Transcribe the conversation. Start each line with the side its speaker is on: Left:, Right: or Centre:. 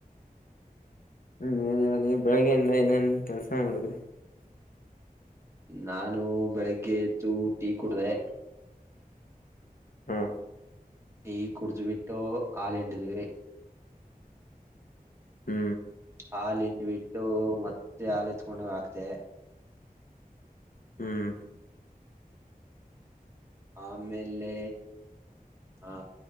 Left: ಹ್ಮಏನ್ ಹೇಳ ಬೆಳಗ್ಗೆಯಿಂದ ಏನೇನ್ ಕೆಲ್ಸ ಮಾಡಿದ್ರಿ
Right: ನಾನು ಬೆಳಿಗ್ಗೆ ಗೆ ತು ಕೂಡಿದೆ
Left: ಹಾ
Right: ಈ ಕುಡಿದು ಬಿಟ್ಟು ಆಳಂಡವೇ
Left: ಹ್ಮ್
Right: ಹಾಲ ಹಿಂಡಿ ಬಿಟ್ಟು ಮತ್ತೆ ಹಾಲ ಇಸ್ಕೊಂಡ್ ಹೋಗಿ ಹಾಕ್ದೆ
Left: ಹ್ಮ್.
Right: ಆಮೇಲೆ ಹ